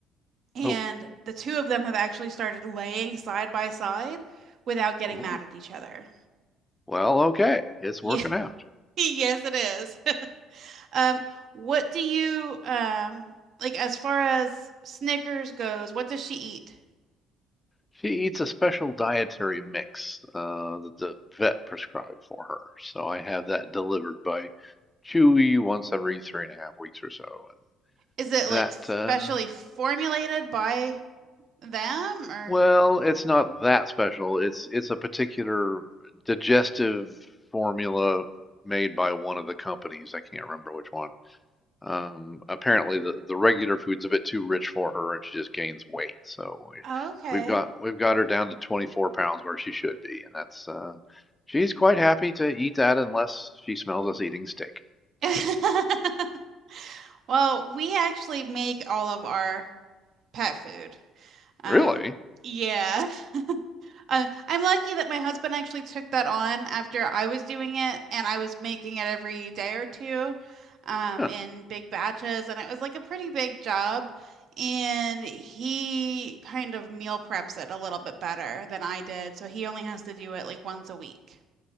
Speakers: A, on the right (about 60°); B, on the left (about 15°).
A: And
B: Oh.
A: the two of them have actually started laying side by side without getting
B: oh.
A: mad at each other.
B: Well, okay. It's
A: Yeah,
B: working
A: <laughs>
B: out.
A: yes, it is. <laughs> Um, what do you um like as far as Snickers goes, what does she eat?
B: She eats a special dietary mix uh, that the vet prescribed for her. So I have that delivered by Chewy once every three and a half weeks or so.
A: Is it
B: And
A: like
B: that,
A: specially
B: uh,
A: formulated by them or?
B: well, it's not that special. It's it's a particular digestive formula made by one of the companies. I can't remember which one Um, apparently the, the regular food's a bit too rich for her and she just gains weight. So we,
A: Oh, okay.
B: we've got we've got her down to 24 pounds where she should be, and that's uh, she's quite happy to eat that unless she smells us eating steak.
A: <laughs> Well, we actually make all of our pet food. Um,
B: Really?
A: yeah. <laughs> Uh, I'm lucky that my husband actually took that on after I was doing it and I was making it every day or two, um,
B: Huh.
A: in big batches. And it was like a pretty big job. And he kind of meal preps it a little bit better than I did. So he only has to do it like once a week.